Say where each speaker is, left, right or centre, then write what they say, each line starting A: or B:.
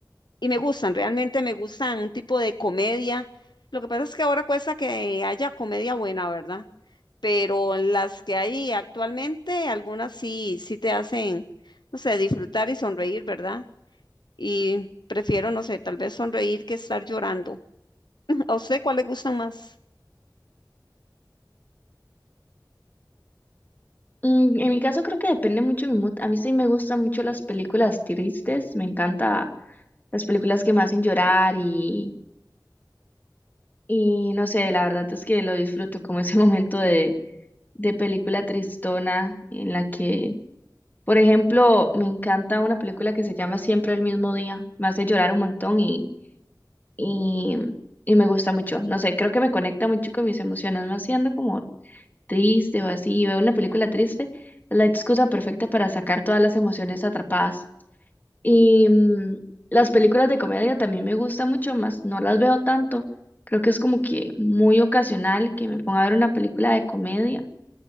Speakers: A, on the left; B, on the left.
A: y me gustan, realmente me gustan un tipo de comedia. Lo que pasa es que ahora cuesta que haya comedia buena, ¿verdad? pero las que hay actualmente, algunas sí, sí te hacen, no sé, disfrutar y sonreír, ¿verdad? Y prefiero, no sé, tal vez sonreír que estar llorando. <laughs> ¿A usted cuál le gustan más?
B: Mm, En mi caso creo que depende mucho de mi mood. A mí sí me gustan mucho las películas tristes, me encanta las películas que me hacen llorar y, y no sé, la verdad es que lo disfruto como ese <laughs> momento de, de película tristona en la que, por ejemplo, me encanta una película que se llama Siempre el mismo día, me hace llorar un montón y, y, y me gusta mucho. No sé, creo que me conecta mucho con mis emociones, más siendo como triste o así, y veo una película triste, es la excusa perfecta para sacar todas las emociones atrapadas. Y mm, las películas de comedia también me gustan mucho más, no las veo tanto. Creo que es como que muy ocasional que me ponga a ver una película de comedia.